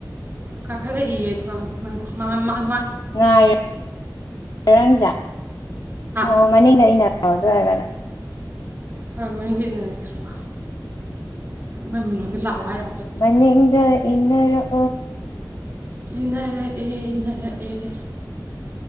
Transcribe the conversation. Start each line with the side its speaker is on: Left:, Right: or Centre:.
Right: ꯀꯥꯈꯂꯛꯏꯌꯦ ꯊꯣꯡ ꯅꯪ ꯃꯔꯥꯃꯛ
Left: ꯉꯥꯏꯔꯦ ꯅꯪꯁꯦ ꯑꯣ
Right: <unintelligible>
Left: <unintelligible>
Right: ꯍꯣꯏ ꯃꯅꯤꯡꯗ ꯏꯟꯅꯔꯛꯀꯦ ꯍꯥꯏꯕ ꯃꯥꯏ ꯃꯃꯥꯡꯗ ꯂꯥꯛꯑꯣ ꯍꯥꯏꯔꯣ
Left: ꯃꯅꯤꯡꯗ ꯏꯟꯅꯔꯛ
Right: ꯏꯟꯅꯔꯛ ꯑꯦ ꯏꯟꯅꯔꯛ ꯑꯦ